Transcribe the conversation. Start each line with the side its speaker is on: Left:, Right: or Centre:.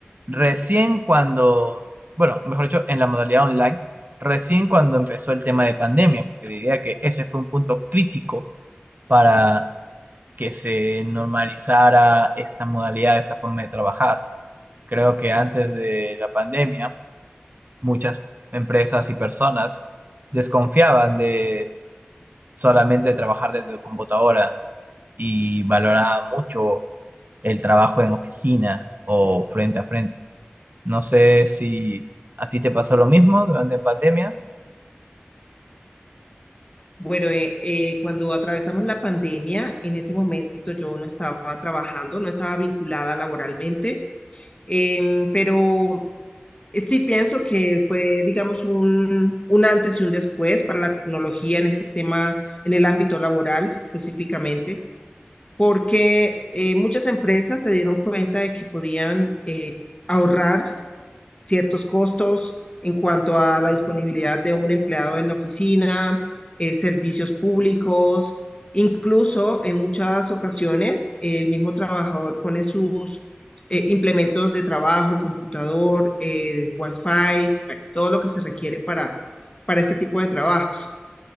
Right: Recién cuando, bueno, mejor dicho, en la modalidad online, recién cuando empezó el tema de pandemia, porque diría que ese fue un punto crítico para que se normalizara esta modalidad, esta forma de trabajar. Creo que antes de la pandemia, muchas empresas y personas desconfiaban de solamente trabajar desde computadora y valoraban mucho el trabajo en oficina o frente a frente. No sé si a ti te pasó lo mismo durante la pandemia.
Left: Bueno, eh, eh, cuando atravesamos la pandemia, en ese momento yo no estaba trabajando, no estaba vinculada laboralmente, em, pero sí pienso que fue, digamos, un, un antes y un después para la tecnología en este tema, en el ámbito laboral específicamente, porque eh, muchas empresas se dieron cuenta de que podían eh, ahorrar ciertos costos en cuanto a la disponibilidad de un empleado en la oficina, eh, servicios públicos, incluso en muchas ocasiones el mismo trabajador pone sus eh, implementos de trabajo, el computador, el wifi, bueno, todo lo que se requiere para, para este tipo de trabajos.